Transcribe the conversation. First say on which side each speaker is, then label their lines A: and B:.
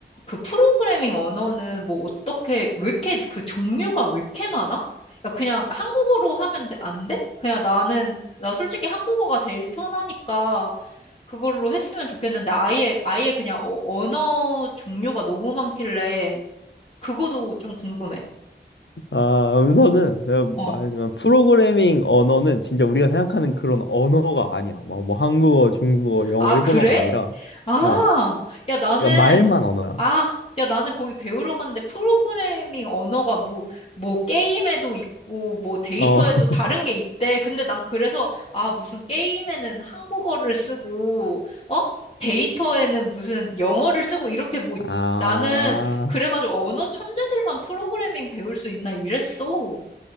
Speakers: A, on the left; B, on the left.
A: 그 프로그래밍 언어는 뭐 어떻게, 왜 이렇게 그 종류가 왜 이렇게 많아? 야, 그냥 한국어로 하면 돼- 안 돼? 그냥 나는, 나 솔직히 한국어가 제일 편하니까 그걸로 했으면 좋겠는데 아예 아예 그냥 어- 언어 종류가 너무 많길래 그거도 좀 궁금해.
B: 아, 우선은 내가
A: 어.
B: 말하지만 프로그래밍 언어는 진짜 우리가 생각하는 그런 언어가 아니야. 막 뭐 한국어, 중국어, 영어,
A: 아,
B: 일본어가
A: 그래?
B: 아니라
A: 아,
B: 어,
A: 야, 나는,
B: 그러니까 말만 언어야.
A: 아, 야, 나는 거기 배우러 갔는데 프로그래밍 언어가 뭐, 뭐 게임에도 있고, 뭐 데이터에도
B: 어, <laughs>
A: 다른 게 있대. 근데 난 그래서, 아, 무슨 게임에는 한국어를 쓰고, 어? 데이터에는 무슨 영어를 쓰고, 이렇게 뭐,
B: 아,
A: 나는 그래가지고 언어 천재들만 프로그래밍 배울 수 있나 이랬어.